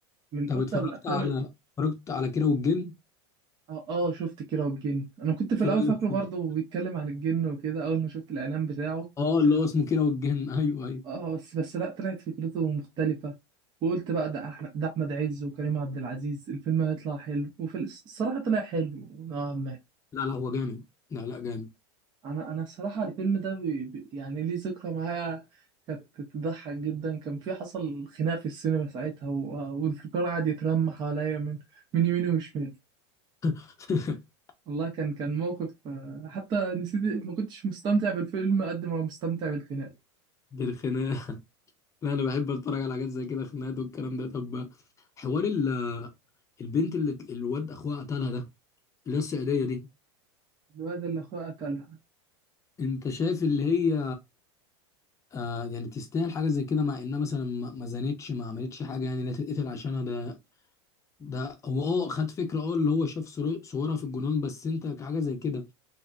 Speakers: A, on the right; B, on the left.
A: من
B: طب
A: اكتر
B: اتفرجت
A: الافلام
B: على
A: ال...
B: اتفرجت على كيرة والجن
A: اه آه، شفت كيرة والجن انا كنت في
B: ايه
A: الاول
B: رايك
A: فاكره
B: فيه
A: برضه بيتكلم عن الجن وكده اول ما شفت الاعلان بتاعه
B: اه اللي هو اسمه كيرة والجن <laughs> ايوه ايوه
A: اه بس بس لا طلعت فكرته مختلفة وقلت بقى ده احمد ده احمد عز وكريم عبد العزيز الفيلم هيطلع حلو وفي الس- الصراحة طلع حلو نوعا ما
B: لا لا هو جامد لا لا جامد
A: انا انا الصراحة الفيلم ده بي... بي... يعني ليه ذكرى معايا كانت تضحك جدا كان في حصل خناق في السينما ساعتها و... والفكرة قعد يترمى حواليا من من يمين وشمال
B: <laughs>
A: والله كان كان موقف آه، حتى نسيت ما كنتش مستمتع بالفيلم قد ما مستمتع بالخناقة
B: دي الخناقه لا انا بحب اتفرج على حاجات زي كده خناقات والكلام ده طب حوار ال البنت اللي الواد اخوها قتلها ده اللي هي الصعيديه دي
A: الواد اللي أخوه قتلها
B: انت شايف اللي هي آه يعني تستاهل حاجه زي كده مع انها مثلا ما ما زنتش ما عملتش حاجه يعني لا تتقتل عشانها ده ده هو اه خد فكره اه اللي هو شاف صور- صورها في الجنون بس انت كحاجه زي كده